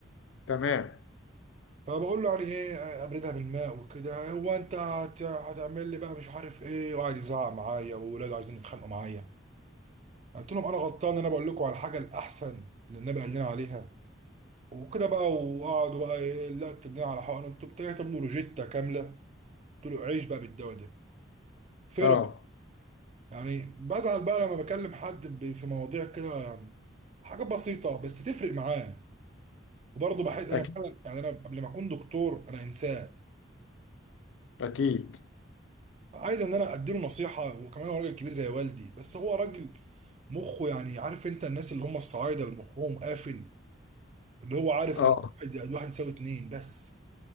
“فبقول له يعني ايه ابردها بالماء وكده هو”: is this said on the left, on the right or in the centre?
Right